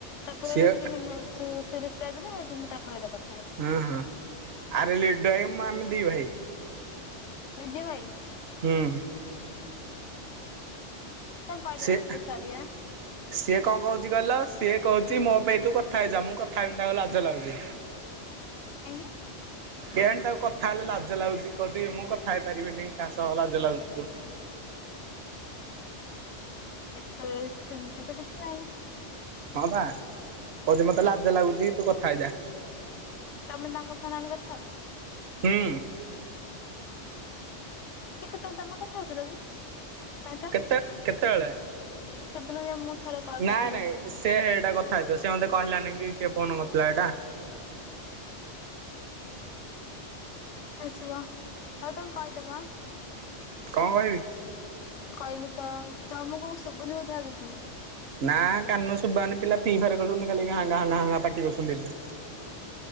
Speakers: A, on the left; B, on the right.
A: ତାପରେ
B: ସିଏ
A: ଗୋଟେ କି ହିମାଂଶୁ ସିଏ ରିପ୍ଲାଏ ଦେଲେ, ସେଇଠୁ ମୁଁ ତାଙ୍କ ସହିତ କଥାହେଲି।
B: ହଁ ହଁ ଆରେ ଲିଡୁ ଆମେ ଦି ଭାଇ।
A: ନିଜ ଭାଇ।
B: ହୁଁ।
A: ତାଙ୍କୁ କହିଦେବ
B: ସିଏ
A: ଟିକେ ସରି ଆ।
B: ସିଏ କଣ କହୁଛି କହିଲ ସିଏ କହୁଛି ମୋ ପାଇଁ ତୁ କଥା ହେଇଯା, ମୁଁ କଥା ହେଇଯା ତାକୁ ଲାଜ ଲାଗୁଛିି।
A: କାହିଁକି?
B: କେଆଣି ତାକୁ କଥା ହେଲେ ଲାଜ ଲାଗୁଚି କହୁଛି ମୁଁ କଥା ହେଇପାରିବିନି କାହା ସହ ଲାଜ ଲାଗୁଛି ତୁ
A: ଏଥେରେ ସେମିତି ତ କିଛି ନାହିଁ।
B: ହଁ ବା କହୁଛି ମତେ ଲାଜ ଲାଗୁଚି ତୁ କଥା ହେଇଯା।
A: ତମେ ତାଙ୍କ ଫୋନ ଆଣି କଥା ହଉଛ।
B: ହୁଁ।
A: କି ସେତଳେ ତମ କଥା ହଉଥିଲ କି ନାଇ
B: କେତେ କେତେବେଳେ
A: ସେଦିନ ଯା ମୁଁ ଥରେ କଲ୍
B: ନାଇଁ
A: କରିଥିଲି
B: ନାଇଁ
A: ତମକୁ।
B: ସେ ଏଇଟା କଥା ହେଇଥିବ, ସେ ମୋତେ କହିଲାନି କି କିଏ ଫୋନ କରିଥିଲା ଏଇଟା।
A: ହେଇଥିବ, ହଉ ତାଙ୍କୁ କହିଦବ ଆ।
B: କଣ କହିବି?
A: କହିଲି ତ ତମକୁ ଶୁବିନି ବୋଧେ ଆଉ କିଛି।
B: ନା କାନ ଶୁଭାହଉନି ପିଲା ଫ୍ରି ଫାୟାର ଖେଳୁଛନ୍ତି, ଖାଲି ଘାଁ ଘାନ୍ ଘାଂ ପାଟି କରୁଛନ୍ତି।